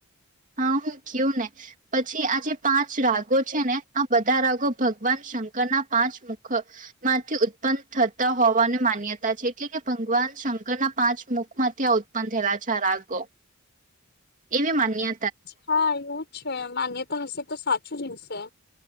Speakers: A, on the right (about 35°); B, on the left (about 50°).
A: હા, હું કયું ને પછી આ જે પાંચ રાગો છે ને આ બધા રાગો ભગવાન શંકરના પાંચ મુખ માંથી ઉત્પન્ન થતા હોવાની માન્યતા છે, એટલે કે ભંગવાન શંકરના પાંચ મુખમાંથી આ ઉત્પન્ન થયેલા છે આ રાગો. એવી માન્ય
B: હા એયુ એવુ છે માનીએ તો હશે તો સાચું જ હશે.